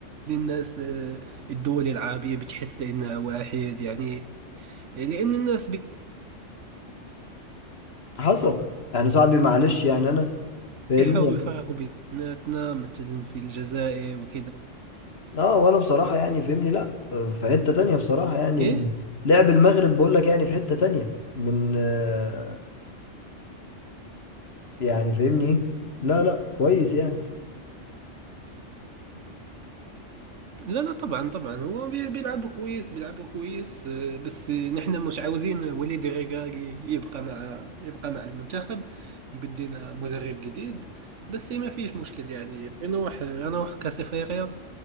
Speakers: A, on the right (about 70°); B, on the left (about 55°).
A: الناس آه، الدول العربية بتحس إنها واحد يعني لأن الناس
B: حصل يعني صاحبي معلش يعني انا فاهمني
A: بيحاولوا
B: يعني.
A: يفرقوا بيناتنا مثلا في الجزائر وكذا
B: اه وانا بصراحة يعني فاهمني لا في حتة تانية بصراحة يعني
A: إيه
B: ال- لعب المغرب بقول لك يعني في حتة تانية من آه، يعني فاهمني ايه لا لا كويس يعني
A: لا لا طبعا طبعا هو بي- بيلعبوا كويس بيلعبوا كويس آه، بس آه، نحن مش عاوزين وليد الركراكي يبقى مع يبقى مع المنتخب بدينا مدرب جديد بس ما فيش مشكل يعني نروح نروح كاس افريقيا